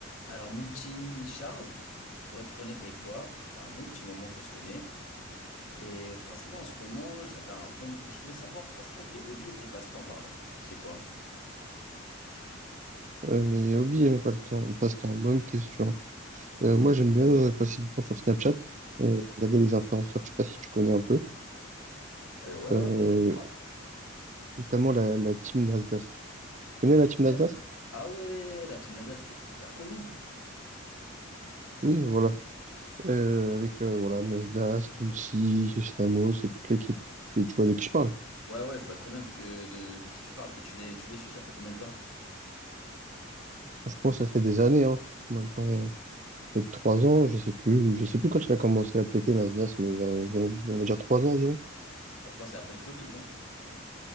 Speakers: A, on the left; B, on the right.
A: Alors, mon petit Charles, pour être honnête avec toi, ça fait un bon petit moment qu'on se connaît. Et franchement, en ce moment, j'avais un bon... Je voulais savoir, franchement, tes hobbies et tes passe-temps, pardon. C'est quoi?
B: Euh, mais hobby, euh, pas le temps, passe-temps, bonne question. Euh, moi, j'aime bien euh, passer du temps sur Snapchat, euh, regarder les influenceurs, je sais pas si tu connais un peu,
A: Euh, ouais, ouais,
B: euh,
A: vas-y, dis-moi.
B: notamment la, la team Nasdaq. Tu connais
A: La team-
B: la team Nasdaq?
A: Ah ouais, la Team Nasdaq, elle est hyper connue.
B: Oui, voilà, Euh, avec euh, voilà, Nasdaq, Tounsi, Ramos et toute l'équipe. Tu, tu vois de qui je parle.
A: Ouais, ouais, je vois très bien de, euh, de- de qui tu parles. Et tu les, tu les suis, ça fait combien de temps?
B: Franchement, ça fait des années, hein. Maintenant, peut-être trois ans, je sais plus, je sais plus quand il a commencé à péter Nasdaq, mais vers environ- on va dire trois ans environ.
A: Bah, je crois que c'est après le Covid, non?